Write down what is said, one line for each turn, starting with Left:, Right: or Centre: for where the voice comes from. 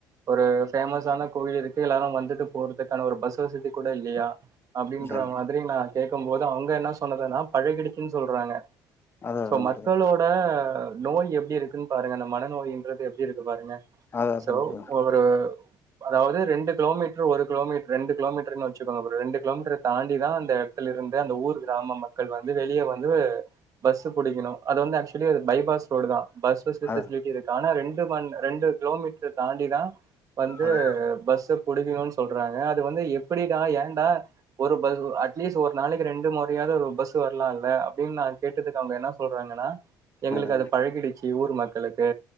Right: ஒரு ஃபேமஸான கோவில் இருக்கு எல்லாரு வந்துட்டு போறதுக்கான ஒரு பஸ் கூட இல்லையா அப்டின்ற
Left: சரி
Right: மாதிரி நா கேக்கம் போது அவங்க என்ன சொன்னதுன்னா பழகிடுச்சுன் சொல்றாங்க
Left: அதா
Right: சோ
Left: அதா
Right: மக்களோட
Left: பிரதர்
Right: நோய் எப்டி இருக்குன் பாருங்க அந்த மனநோயின்றது எப்டி இருக்கு பாருங்க
Left: அதா அதா
Right: சோ
Left: பிரதர்
Right: ஒரு அதாவுது ரெண்டு கிலோமீட்ரு ஒரு கிலோமீட்ரு கிலோமீட்டர்ன்னு வெச்சுக்கோங்க ஒரு ரெண்டு கிலோமீட்டர தாண்டிதா அந்த எடத்துல இருந்து அந்த ஊர் கிராம மக்கள் வந்து வெளிய வந்து பஸ்ஸு புடிக்கணு அது வந்து ஆக்சுலி அது பைபாஸ் ரோடுதா பஸ்
Left: அதா
Right: ஃபெஸிலிட்டி இருக்கு ஆனா ரெண்டு மண் ரெண்டு கிலோமீட்டர் தாண்டிதா வந்து
Left: அதா
Right: பஸ்ஸு புடிக்கணுன் சொல்றாங்க வந்து எப்புடிடா ஏண்டா ஒரு ப அட்லீஸ்ட் ஒரு நாளைக்கு ரெண்டு முறையாது ஒரு பஸ் வரலால்ல அப்புடின் நா கேட்டதுக்கு அவங்க என்ன சொல்றாங்கனா எங்ளுக்கு
Left: அதா
Right: அது பழகிடுச்சு ஊர் மக்களுக்கு